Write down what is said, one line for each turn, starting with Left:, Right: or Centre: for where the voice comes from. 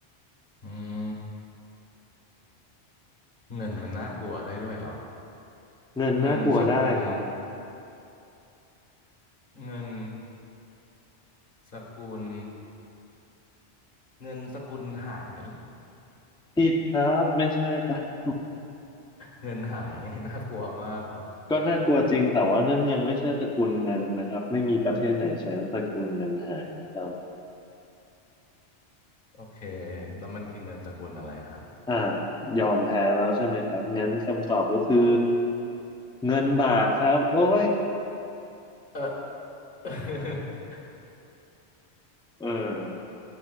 Left: อืมเงินมันน่ากลัวได้ด้วยเหรอ
Centre: เงินน่ากลัวได้ครับ
Left: เงินสกุลเงินสกุล เงินสกุลหาย
Centre: ผิดครับไม่ใช่ครับ
Left: เงินหายไงน่ากลัวมากครับ
Centre: ก็น่ากลัวจริงแต่ว่านั่นยังไม่ใช่สกุลเงินนะครับไม่มีประเทศไหนใช้สกุลเงินหายนะครับ
Left: โอเคแล้วมันคือเงินสกุลอะไรครับ
Centre: อ่ายอมแพ้แล้วใช่ไหมครับงั้นคำตอบก็คือเงินบาทครับโอ้ย
Left: เออ <laughs>
Centre: เออ